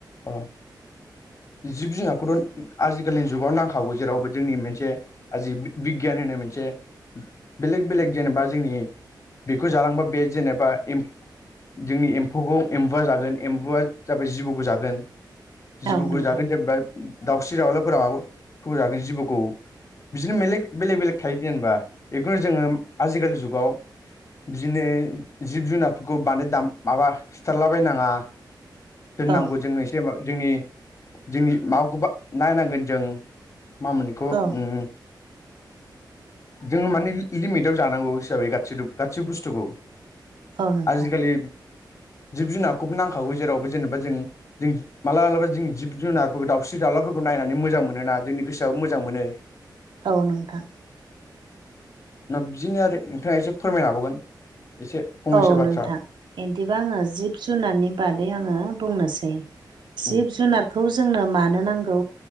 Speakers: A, on the left; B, on the right.
A: अ जिब जुनारखौथ' आजिखालिनि जुगाव नांखागौ जेरावबो जोंनि मेनसे आ जिब बिगियान होननाय मोनसे बेलेग बेलेग जेनेबा जोंनि बेखौ जालांबा बे जेनेबा एम जोंनि एम्फौखौ एम्बुआ जागोन एम्बुआ जाबाय जिबौखौ जा गोन जिबौखौ
B: औ नोंथां
A: जागोन जेनबा दावस्रि दाउलाफोरा <unintelligible> जिबौखौ बिदिनो मेलेग बेलेग बेलेक थायोे जेनेबा बेखौनो जोङो आजिखालि जुगाव बिदिनो जिब जुनारफोरखौ बानो दा माबा सिथारलाबायनाङा दोननांगौ
B: औ
A: जों एसे जोंनि जोंनि माबाखौबा नायनांगोन जों मा मोनखो
B: औ
A: उम
B: <inaudible>
A: जोंङो मानि लिमिटाव जानांगौ हिसाबै गा गासै बुस्थुखौ
B: औ नोंथां
A: आजिखालि जिब जुनारखौबो नांखागौ जेरावबो जेनेबा जों जों माला मालाबाों जिब जुनारफोरखौ दाउस्रि दालाफोरखौ नायनानै मोजां मोनोना जोंनि गोसोआबो मोजां मोनो।
B: औ नोंथां
A: बिदिनो आरो नोंथांङा एसे फोरमाय लाबावगोन एसे फंनैसो
B: औ
A: बाथ्रा
B: नोंथां बिदिबा आंङो जिब जुनारनि बादै आंङो बुंनोसै जिब
A: उम
B: जुनारखौ जोंनो मानो नांगौ